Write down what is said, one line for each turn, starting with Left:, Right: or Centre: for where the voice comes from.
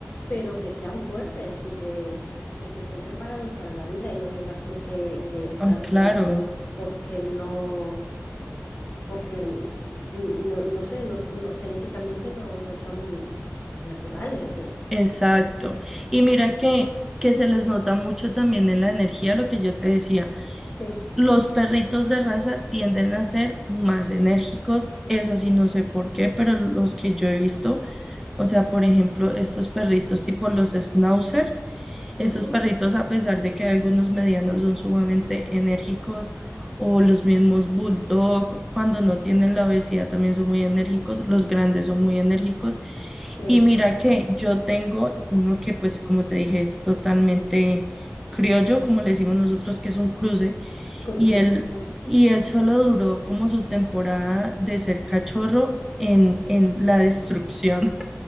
Left: pero que sean fuertes y que, y que estén preparados para la vida y no tengas tú que, que estar
Centre: Ah,
Left: operándolos
Centre: claro,
Left: porque no, porque n- no, no sé, no, no- genéticamente no, no son naturales.
Centre: exacto. Y mira que, que se les nota mucho también en la energía, lo que yo te decía.
Left: Sí.
Centre: Los perritos de raza tienden a ser más enérgicos, eso sí, no sé por qué, pero los que yo he visto, o sea, por ejemplo, estos perritos tipo los Schnauzer. Estos
Left: Ujú.
Centre: perritos, a pesar de que algunos medianos son sumamente enérgicos, o los mismos bulldog, cuando no tienen la obesidad también son muy enérgicos, los grandes son muy enérgicos.
Left: Sí,
Centre: Y mira que yo tengo uno que, pues, como te dije, es totalmente criollo, como le decimos nosotros, que es un cruce,
Left: cruces,
Centre: y él,
Left: sí.
Centre: y él solo duró como su temporada de ser cachorro en, en la destrucción